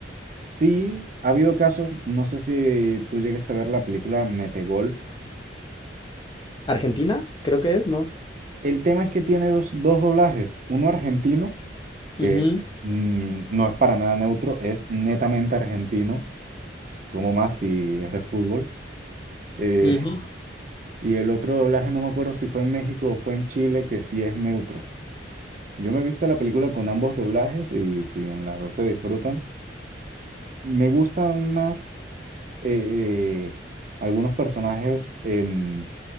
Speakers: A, on the right; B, on the left.
A: sí, ha habido casos, no sé si tú llegaste a ver la película Metegol.
B: Argentina, creo que es, ¿no?
A: El tema es que tiene dos, dos doblajes, uno argentino, que
B: Ujú,
A: mm, no es para nada neutro, es netamente argentino, como más si es de fútbol. eh,
B: ujú.
A: <laughs> y el otro doblaje, no me acuerdo si fue en México o fue en Chile, que sí es neutro. Yo me he visto la película con ambos doblajes y si en las dos se disfrutan, me gustan más eh, eh, algunos personajes en